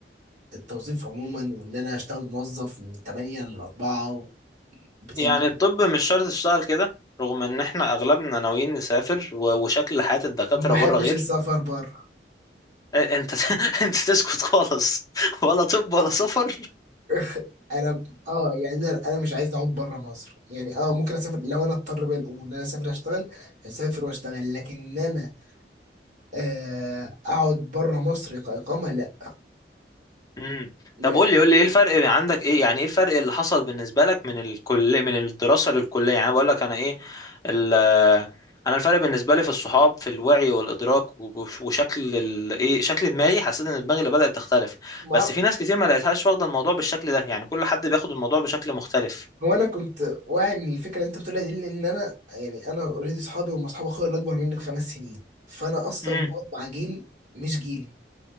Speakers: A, on the right; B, on the left.
A: التوظيف عموما وإن أنا أشتغل موظف من 8 ل 4 بتنجز
B: يعني الطب مش شرط تشتغل كده رغم ان احنا اغلبنا ناويين نسافر و- وشكل حياة الدكاترة
A: ما بحبش
B: بره غير
A: السفر بره
B: إيه، انت <laughs> انت تسكت خالص ولا طب ولا سفر
A: <laughs> انا اه يعني انا انا مش عايز اعود بره مصر يعني اه ممكن اسافر لو انا اضطر بقى الامور ان انا اسافر اشتغل اسافر واشتغل لكن انا آه، اقعد بره مصر كاقامه لا
B: مم.
A: لا
B: طب قول لي قول لي ايه الفرق عندك ايه يعني ايه الفرق اللي حصل بالنسبة لك من الكل من الدراسة للكلية يعني بقول لك انا ايه ال... انا الفرق بالنسبة لي في الصحاب في الوعي والادراك وبش- وشكل ال... ايه شكل دماغي حسيت ان دماغي اللي بدأت تختلف
A: ما
B: بس
A: أعرف-
B: في ناس كتير ما لقيتهاش واخدة الموضوع بالشكل ده يعني كل حد بياخد الموضوع بشكل مختلف
A: هو انا كنت واعي من الفكره اللي انت بتقولها دي لان انا يعني انا اوريدي اصحابي هم اصحاب اخويا اللي اكبر مني بخمس سنين فانا اصلا
B: امم
A: بقعد مع جيل مش جيلي